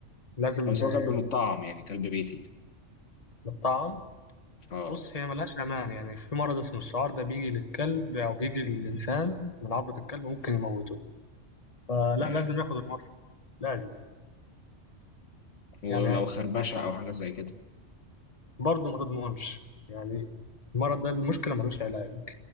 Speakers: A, on the left; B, on the left.
A: لازم
B: بس
A: آه،
B: هو كلب متطعم يعني كلب بيتي
A: يتطعم
B: أه
A: بص هي ملهاش أمان يعني في مرض اسمه السعار ده بيجي للكلب أو بيجي للإنسان من عضة الكلب ممكن يموته فلا
B: يعني
A: لازم ياخد المصل لازم
B: ولو
A: يعني
B: خربشة أو حاجة زي كده
A: برضه ما تضمنش يعني المرض ده المشكلة ملوش علاج